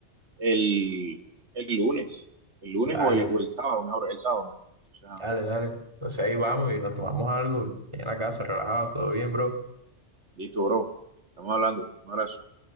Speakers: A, on the right; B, on the right.
A: el, el lunes, el lunes
B: Vale.
A: o el, o el sábado, mejor, el sábado mejor. O sea,
B: Dale, dale. Entonces ahí vamos y nos tomamos algo en la casa, relajados, todo bien, bro.
A: listo, bro. Estamos hablando. Un abrazo.